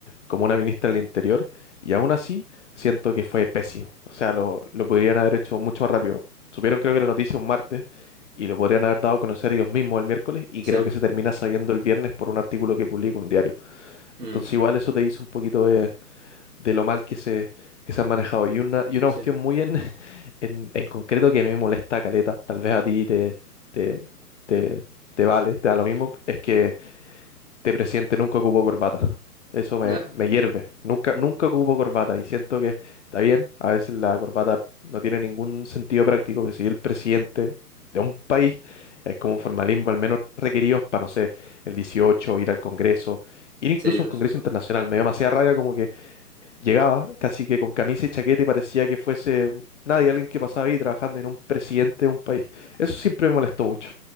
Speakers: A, on the left (about 50°); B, on the right (about 70°).
A: como una ministra del Interior, y aún así siento que fue pésimo. O sea, lo, lo podrían haber hecho mucho más rápido. Supieron creo que la noticia un martes y lo podrían haber dado a conocer ellos mismos el miércoles y
B: sí,
A: creo que se termina sabiendo el viernes por un artículo que publica un diario.
B: mm,
A: Entonces igual eso te dice un poquito de, de lo mal que se, que se han manejado. Y una, y una
B: sí.
A: cuestión muy en, <laughs> en, en concreto que a mí me molesta, Caleta, tal vez a ti te, te, te, te vale, te da lo mismo, es que este presidente nunca ocupó corbata. Eso me,
B: Nah,
A: me hierve. Nunca,
B: mm,
A: nunca ocupo corbata y siento que está bien. A veces la corbata no tiene ningún sentido práctico, pero si el presidente de un país es como formalismo, al menos requeridos para, no sé, el 18, ir al Congreso, ir incluso
B: sí, los-
A: a un Congreso internacional. Me dio demasiada rabia como que Llegaba casi que con camisa y chaqueta y parecía que fuese nadie, alguien que pasaba ahí trabajando en un presidente de un país. Eso siempre me molestó mucho.